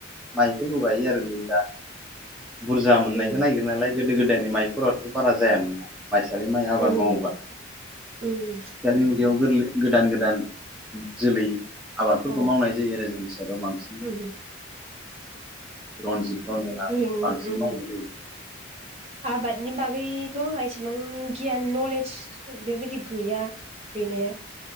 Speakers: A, in the centre; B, on the right (about 30°).
A: माइफोरखौ गायो आरो नै दा बुरजा मोननायखौ
B: उम
A: नागिरो नालाय गोदो गोदाय। गोदायनि माइफोराथ' बारा जायामोना माइसालि माइ आबाद
B: उम
A: मावोबा आथिखालनि
B: उम
A: मुगायाव गोरलै गोदान गोदान। गोदान जोलै आबादफोरखौ
B: औ
A: मावनाय जायो आरो जोंनि साइडाव बांसिन।
B: उम
A: रन्जित निरन्जना
B: ओरैनो
A: बांसिन
B: उम
A: मावनाय जायो।
B: आबादनि बागैथ' आंहा इसेबां गियान नलेज बेबायदि गैया बिनि